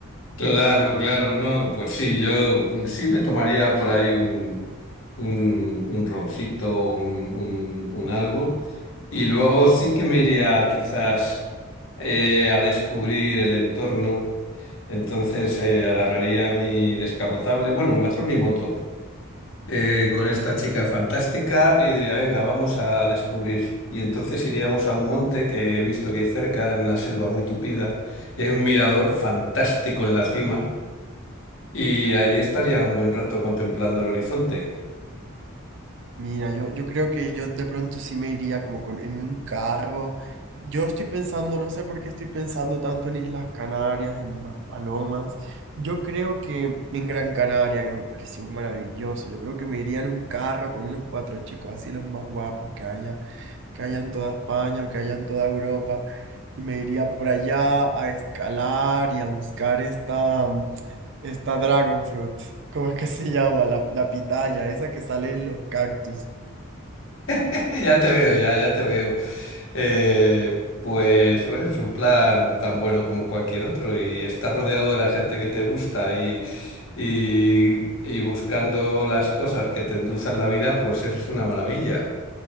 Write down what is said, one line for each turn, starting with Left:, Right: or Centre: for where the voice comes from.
Left: Claro, claro, no, pues sí, yo mm, sí me tomaría por ahí un, un, un roncito, un, un, un algo, y luego sí que me iría quizás eh, a descubrir el entorno, entonces eh, agarraría mi descapotable, bueno, mejor mi moto, eh, con esta chica fantástica y diría, venga, vamos a descubrir. Y entonces iríamos a un monte que he visto que hay cerca, en una selva muy tupida, y hay un mirador fantástico en la cima. Y ahí estaría un buen rato contemplando el horizonte.
Right: <laughs> Mira, yo, yo creo que yo de pronto sí me iría como con, en un carro. Yo estoy pensando, no sé por qué estoy pensando tanto en Islas Canarias, en más palomas. Yo creo que en Gran Canaria, que me pareció maravilloso, yo creo que me iría en un carro con unos cuatro chicos, así los más guapos que haya. que haya en toda España o que haya en toda Europa, y me iría por allá a escalar y a buscar esta, mm, esta Dragon Fruit, ¿cómo es que se llama? La, la pitaya, esa que sale en los cactus.
Left: <laughs> Ya te veo, ya, ya te veo. Eh, pues bueno, es un plan tan bueno como cualquier otro y estar rodeado de la gente que te gusta y, y, y buscando las cosas que te endulzan la vida, pues eso es una maravilla.